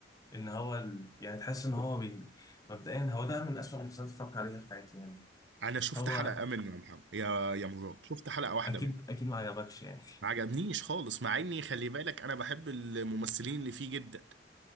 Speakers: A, on the left; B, on the right.
A: ان هو ال... يعني تحس ان هو بي... مبدئيا هو ده من اسوأ المسلسلات اللي اتفرجت عليها في حياتي يعني
B: انا شفت
A: هو
B: حلقة منه يا محمد يا يا مراد شفت حلقة واحدة
A: اكيد
B: منه
A: اكيد ما عجبكش يعني
B: ما عجبنيش خالص مع اني خلي بالك انا بحب الممثلين اللي فيه جدا